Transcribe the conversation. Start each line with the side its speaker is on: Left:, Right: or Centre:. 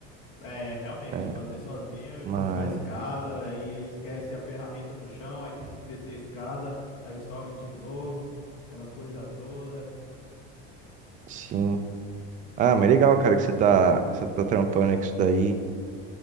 Left: É, realmente,
Right: né?
Left: fazer sozinho e
Right: Mas,
Left: puxar a escada, aí, aí esquece a ferramenta no chão, aí tem que descer a escada, aí sobe de novo, aquela coisa toda.
Right: sim. Ah, mas legal, cara, que você tá, que você tá trampando aí com isso daí.